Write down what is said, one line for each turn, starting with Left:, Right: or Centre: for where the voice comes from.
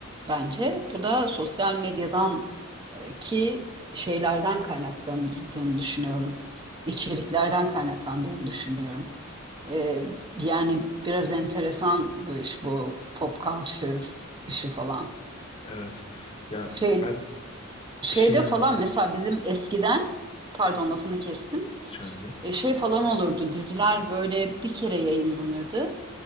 Right: bence. Bu da sosyal medyadan e, ki şeylerden kaynaklandığını düşünüyorum. İçeriklerden kaynaklandığını düşünüyorum. E, yani biraz enteresan bu iş bu pop culture işi falan.
Left: Evet. Ya
Right: Şey,
Left: ben
Right: şeyde
Left: şeye
Right: falan mesela bizim eskiden pardon lafını kestim.
Left: hiç önemli değil.
Right: E, şey falan olurdu. Diziler böyle bir kere yayınlanırdı.